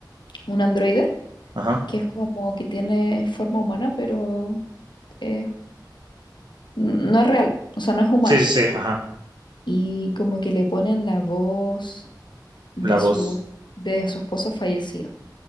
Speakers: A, on the left (about 80°); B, on the right (about 75°).
A: un androide,
B: Ajá.
A: que es como que tiene forma humana, pero eh, no es real, o sea, no es humano.
B: Sí, sí, sí, ajá.
A: Y como que le ponen la voz de
B: La voz.
A: su, de su esposo fallecido.